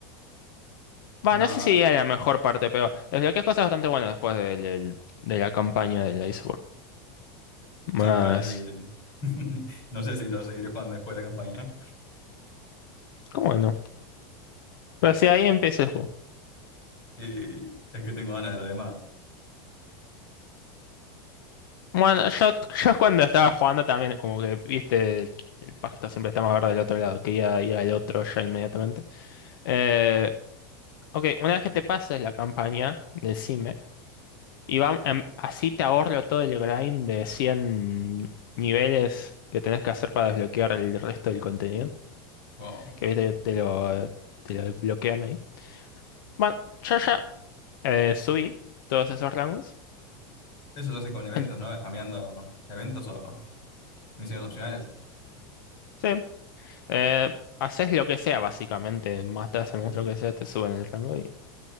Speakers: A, on the left; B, on the left.
A: Bueno,
B: No,
A: no sé si a la mejor parte, pero desbloqueas cosas bastante buenas después del, del- de la campaña del Iceborne. Más...
B: sí, igual. <laughs> No sé si lo seguiré jugando después de la campaña.
A: ¿Cómo no? Pero si ahí empieza el juego.
B: Y es que tengo ganas de lo demás.
A: Bueno, yo, yo cuando estaba jugando también, como que, viste, el, el pasto siempre está más verde del otro lado. Quería ir al otro ya inmediatamente. Eh, ok, una vez que te pases la campaña, decime. Y va, em, así te ahorro todo el grind de cien niveles que tenés que hacer para desbloquear el resto del contenido.
B: Wow.
A: Que viste que te lo, te lo bloquean ahí. Bueno, yo ya eh, subí todos esos rangos.
B: Eso yo sé con eventos,
A: En-
B: ¿no? Spameando eventos o misiones opcionales.
A: Sí. eh, haces lo que sea, básicamente. Matas al
B: Sí.
A: monstruo que sea, te suben el rango. Y,